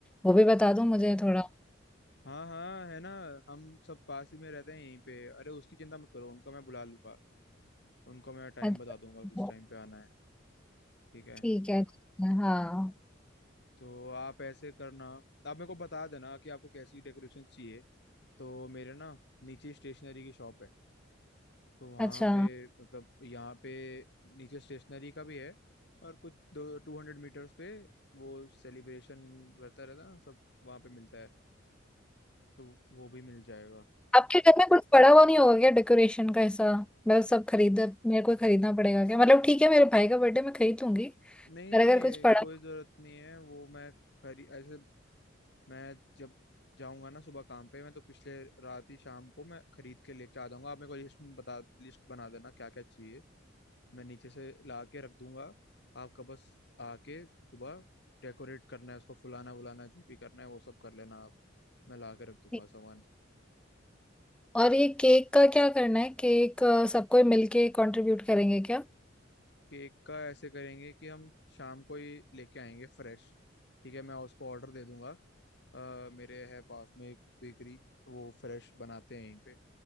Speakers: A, in the centre; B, on the left.
A: वो भी बता
B: हम्म,
A: दो मुझे थोड़ा
B: हाँ हाँ है ना हम सब पास ही में रहते हैं यहीं पे अरे उसकी चिंता मत करो उनका मैं बुला लूंगा उनको मैं टाइम
A: अच्छा
B: बता दूंगा किस टाइम पे आना है ठीक है
A: ठीक है ठीक है, हाँ
B: तो आप ऐसे करना आप मेरे को बता देना कि आपको कैसी डेकोरेशन चाहिए तो मेरे ना नीचे स्टेशनरी की शॉप है तो वहाँ
A: अच्छा
B: पे मतलब यहाँ पे नीचे स्टेशनरी का भी है और कुछ दो टू हंड्रेड मीटर्स पे वो सेलिब्रेशन रहता रहता ना सब वहाँ पे मिलता है तो वो भी मिल जाएगा
A: आपके घर में कुछ पड़ा हुआ नहीं होगा क्या डेकोरेशन का ऐसा मतलब सब खरीद मेरे को खरीदना पड़ेगा क्या मतलब ठीक है मेरे भाई का बर्थडे मैं खरीद लूंगी
B: नहीं
A: पर
B: नहीं
A: अगर कुछ पड़ा
B: कोई जरूरत नहीं है वो मैं खरी ऐसे मैं जब जाऊंगा ना सुबह काम पे मैं तो पिछले रात ही शाम को मैं खरीद के लेके आ जाऊंगा आप मेरे को लिस्ट में बता लिस्ट बना देना क्या क्या चाहिए मैं नीचे से ला के रख दूंगा आपका बस आके सुबह डेकोरेट करना है उसको फुलाना वुलाना जो भी करना है वो सब कर लेना आप मैं ला के रख दूंगा
A: ठीक।
B: सामान
A: और ये केक का क्या करना है केक सबको मिलके कंट्रीब्यूट करेंगे क्या
B: केक का ऐसे करेंगे कि हम शाम को ही लेके आएंगे फ्रेश ठीक है मैं उसको ऑर्डर दे दूंगा अ, मेरे है पास में एक बेकरी वो फ्रेश बनाते हैं यहीं पे